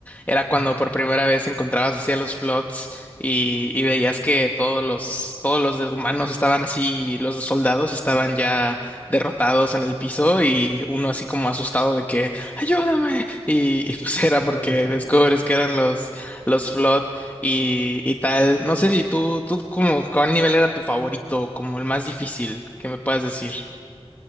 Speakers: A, on the left (about 15°); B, on the left (about 45°).
A: Era cuando
B: Ujú.
A: por primera vez encontrabas así a los flots y, y veías que todos los, todos los de humanos estaban así, los de soldados estaban ya derrotados en el piso y uno así como asustado de que ¡ayúdame! Y, y pues era
B: Ándale,
A: porque
B: sí.
A: descubres que eran los, los flot y, y tal. No sé si tú, tú como, ¿cuál nivel era tu favorito? Como el más difícil, que me puedas decir?